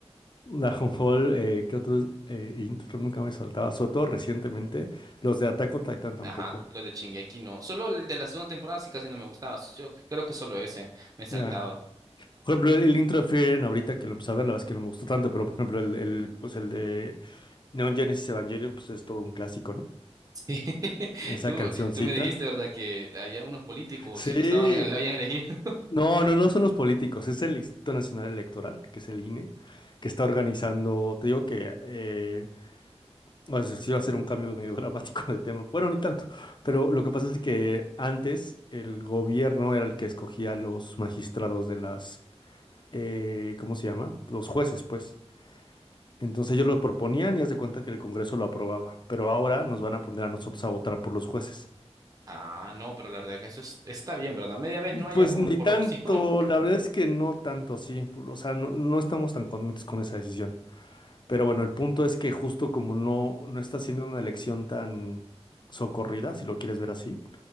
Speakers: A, on the left; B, on the right.
A: Dragonfall, eh, ¿qué otros eh, intro nunca me saltaba? Sobre todo recientemente, los de Attack on Titan tampoco.
B: Ajá, los de Shingeki no. Solo el de la segunda temporada sí casi no me gustaba. Yo creo que solo ese me saltaba.
A: Ya.
B: <laughs>
A: Por ejemplo, el intro de Frieren ahorita que lo empecé a ver, la verdad es que no me gustó tanto, pero por ejemplo, el, el, pues el de Neon Genesis Evangelion, pues es todo un clásico,
B: Sí.
A: ¿no? Esa
B: Tú,
A: cancioncita.
B: tú me dijiste, ¿verdad? Que había unos políticos
A: Sí.
B: estaban, la habían elegido. <laughs>
A: No, no, no son los políticos, es el Instituto Nacional Electoral, que es el INE, que está organizando, te digo que eh, O sea, sí va a ser un cambio medio <laughs> dramático de tema. Bueno, ni tanto. Pero lo que pasa es que antes el gobierno era el que escogía los magistrados de las, eh, ¿cómo se llama? Los jueces, pues. Entonces ellos los proponían y haz de cuenta que el Congreso lo aprobaba. Pero ahora nos van a poner a nosotros a votar por los jueces.
B: Ah, no, pero la verdad que eso es- está bien, ¿verdad? Media vez no haya
A: Pues
B: como
A: ni
B: corrupción,
A: tanto,
B: <laughs>
A: la verdad es que no tanto así. O sea, no, no estamos tan contentos con esa decisión. Pero bueno, el punto es que justo como no, no está siendo una elección tan socorrida, si lo quieres ver así.